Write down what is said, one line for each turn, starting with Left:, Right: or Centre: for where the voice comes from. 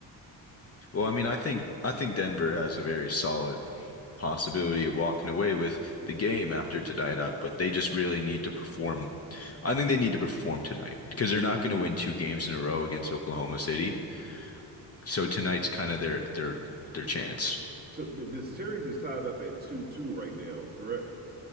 Left: Well, I mean, I think I think Denver has a very solid possibility of walking away with the game after tonight up, but they just really need to perform. I think they need to perform tonight because they're not going to win two games in a row against Oklahoma City. So tonight's kind of their their their chance.
Right: Two, th- series is tied up at two two right now, correct?